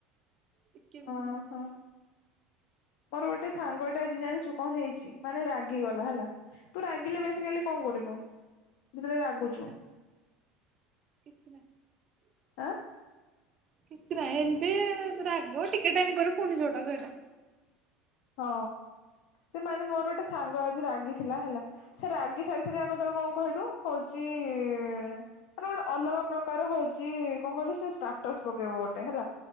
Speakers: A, on the right; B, on the left.
A: ଟିକେ ବି
B: ଓହୋ
A: ନୁହଁ।
B: ମୋର ଗୋଟେ ସାଙ୍ଗ ଟେ ଆଜି ଜାଣିଛୁ କଣ ହେଇଛି? ମାନେ ରାଗିଗଲା ହେଲା ତୁ ରାଗିଲେ ବେଶୀ କାଲି କଣ କରିବୁ ସେଥିରେ ରାଗୁଛୁ।
A: କିଛି ନାହିଁ <unintelligible>
B: ଆଁ।
A: କିଛି ନାଁ ହିଁ ଏମିତି ରା ଟିକେ ଟାଇମ ପରେ ପୁଣି ଯୋଟା ସେଟା।
B: ହଁ ସେ ମାନେ ମୋର ଗୋଟେ ସାଙ୍ଗ ଆଜି ରାଗିଥିଲା ହେଲା ସେ ରାଗି ସାରି ଥିରେ ଆଗ ତାର କଣ କହିଲୁ ହଉଛି ମାନେ ଗୋଟେ ଅଲଗା ପ୍ରକାର ହଉଛି କଣ କହିଲୁ ସେ ଷ୍ଟାର୍ଟସ୍ ପକେଇବୁ ଗୋଟେ ହେଲା।